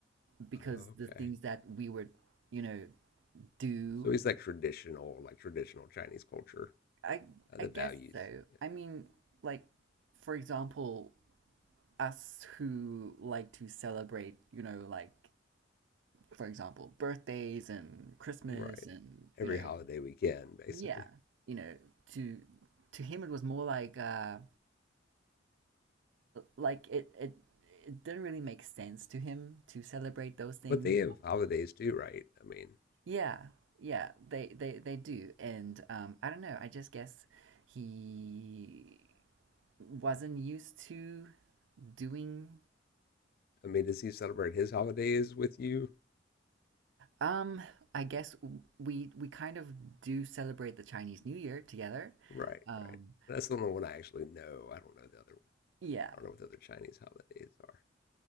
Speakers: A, on the right; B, on the left.
A: because
B: oh, okay.
A: the things that we would, you know, do.
B: So he's like traditional, like traditional Chinese culture,
A: I
B: uh,
A: I
B: the
A: guess
B: values,
A: so.
B: yeah.
A: I mean, like for example, us who like to celebrate, you know, like for example, birthdays and Christmas
B: right?
A: and
B: Every
A: you know,
B: holiday weekend, basically.
A: yeah, you know, to to him it was more like uh like it it it didn't really make sense to him to celebrate those things.
B: But they have holidays too, right? I mean,
A: Yeah, yeah, they they they do, and um, I don't know. I just guess he wasn't used to doing.
B: I mean, does he celebrate his holidays with you?
A: Um, I guess w- we we kind of do celebrate the Chinese New Year together.
B: Right,
A: Um,
B: right. That's the only one I actually know. I don't know the other.
A: yeah.
B: I don't know what the other Chinese holidays are.